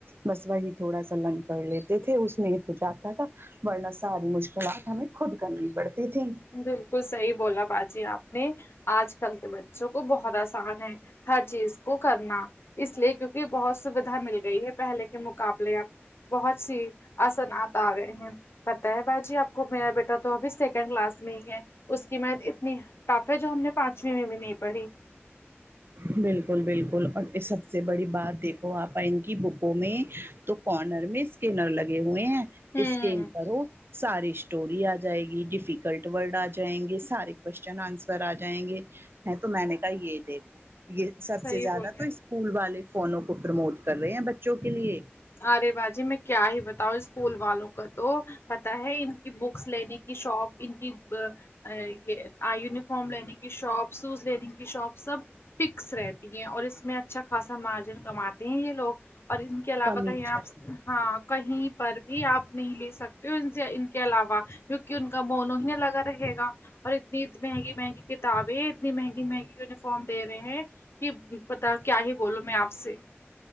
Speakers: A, on the right (about 60°); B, on the left (about 65°).
A: بس وہی تھوڑا سا لرن کر لیتے تھے اس میں ہو جاتا تھا ورنہ ساری مشکلات ہمیں خود کرنی پڑتی تھیں
B: بالکل صحیح بولا باجی آپ اپنے آج کل کے بچوں کو بہت آسان ہے ہر چیز کو کرنا اس لیے کیونکہ بہت سویدھا مل گئی ہے پہلے کے مقابلے اب بہت سی اثرات آ گئے ہیں پتا ہے باجی آپ کو میرا بیٹا تو ابھی سیکنڈ کلاس نہیں ہے اس کی میں اتنی ٹاپ ہے جو ہم نے پانچویں میں بھی نہیں پڑھی
A: بالکل بالکل اور سب سے بڑی بات دیکھو آپ ان کی بکوں میں تو کارنر میں اسکینر لگے ہوئے ہیں
B: ہوں
A: اسکین کرو ساری اسٹوری آ جائے گی ڈیفیکلٹ ورڈ آ جائیں گے سارے کوشچن آنسر آ جائیں گے میں تو میں نے کہا یہ دیکھ یہ سب
B: صحیح
A: سے زیادہ
B: بولے
A: تو اسکول والے فونوں کو پروموٹ کر رہے ہیں بچوں کے لیے
B: ارے باجی میں کیا ہی بتاؤ اسکول والوں کا تو پتاہ ہے ان کی بکس لینے کی شاپ ان کی یہ یونیفارم لینے کی شاپ سوز لینے کی شاپ سب فکس رہتی ہیں اور اس میں اچھا خاصا مارجن کماتے ہیں یہ لوگ اور کے علاوہ
A: کمیشن
B: کہیں آپ ہاں کہیں پر بھی آپ نہیں لے سکتے ہو سے ان کے علاوہ کیونکہ ان کا مون ہی لگا رہے گا اور اتنی مہنگی مہنگی کتابیں اتنی مہنگی مہنگی یونیفارم دے رہے ہیں کہ پتا کیا ہی بولو میں آپ سے